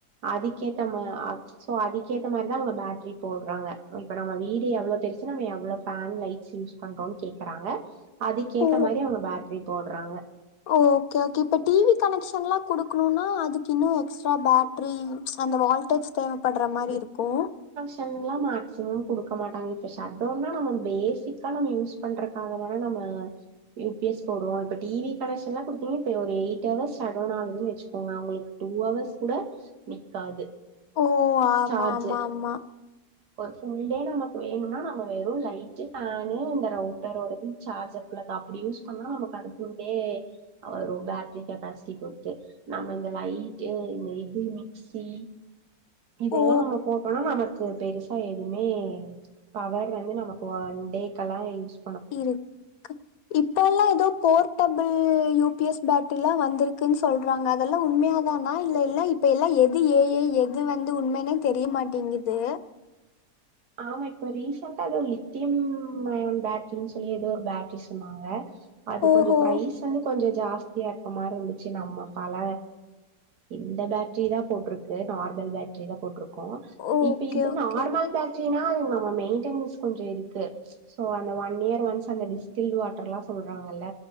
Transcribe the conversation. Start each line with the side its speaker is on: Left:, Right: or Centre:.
Right: அதுக்கேத்த மா அப்போ அதுக்கேத்த மாரிதா அவங்க பேட்டரி போடுறாங்க இப்ப நம்ம வீடு எவ்ளோ பெ ருசுனா நம எவ்ளோ ஃபேன் லைட்ஸ் யூஸ் பண்றோம்னு கேக்குறாங்க. அதுக்கேத்த
Left: ஓ
Right: மாரி அவங்க பேட்ரி போடுறாங்க
Left: ஓகே ஓகே இப்ப டி வி கனக்ஷ் ன்ல்லா குடுக்கணுனா அதுக்கு இன்னு எக்ஸ்ட்ரா பேட்டரி அந்த வால்டேஜ் தேவப்படுற மாரி இருக்கு
Right: ல்லாம் மேக்சிமம் குடுக்க மாட்டாங்க இப்ப ஸட்டவுன்னா நம்ம பேசிக்கா நம்ம யூஸ் பண்றக்காக தான நம்ம ப யூ பி எஸ் போடுவோ இப்ப டி வி கனெக்ஷன்ல்லா குடுத்தீங்கனா தேவ எயிட் ஹவர்ஸ் சடன் ஆகுதுன்னு வச்சுக்கோங்க அவங்களுக்கு டூ அவர்ஸ் கூட நிக்காது.
Left: ஓ ஆமா
Right: சார்ஜு
Left: ஆமா ஆமா
Right: ஒரு ஃபுல் டே நமக்கு வேணும்னா நம்ம வெறும் லைட் ஃபேனு இந்த ரவுட்டர் ஒருது சார்ஜர் கது அப்டி யூஸ் பண்ணா நமக்கு அதுக்கு கே அ ஒரு பேட்டரி கெப்பாசிட்டி குடுத்து நம்ம இந்த லைட்டு இந்த இது மிக்சி இதெல்லா
Left: ஓ
Right: நம்ம போட்டோனா நமக்கு பெருசா எதுவுமே பவர் வந்து நமக்கு ஒன் டேக்கெல்லா இன்ஸ்
Left: இருக்கு இப்பல்லா எதோ four double U P S பேட்டரில்லா வந்திருக்குன்னு சொல்றாங்க அதெல்லா உண்மையா தானா இல்ல இல்ல இப்ப எல்லா எது ஏ ஐ எது வந்து உண்மைனே தெரியமாட்டேங்குது.
Right: ஆமா இப்ப ரீசெண்ட்டா எதோ லித்திம் ம்மயம் பேட்ரினு சொல்லி எதோ ஒரு பேட்ரி சொன்னாங்க அது
Left: ஓஹோ
Right: கொஞ்சொ ப்ரைஸ் வந்து கொஞ்சொ ஜாஸ்தியா இருக்க மார் இருந்துச்சு நம்ம பல இந்த பேட்டரிதா போட்டிருக்கு நார்ம ந்தல் பேட்டரிதா போட்டிருக்கோ
Left: ஓகே
Right: இப்ப இது
Left: ஓகே
Right: நார்மல் த்தியனா நமம மெய்ன்டைன்ஸ் கொஞ்சொ இருக்கு சோ அந்த ஒன் இயர் ஒன்ஸ் வந்து டிஸ்ட்டில் வாட்டர்லா சொ சொல்றாங்கல்ல